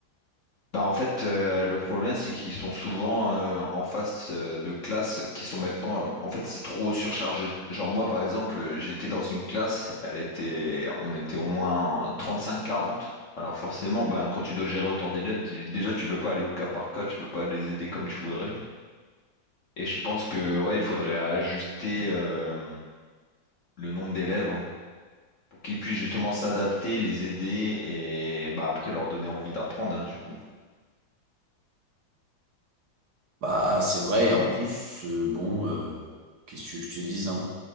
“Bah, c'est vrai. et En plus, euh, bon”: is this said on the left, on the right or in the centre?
Right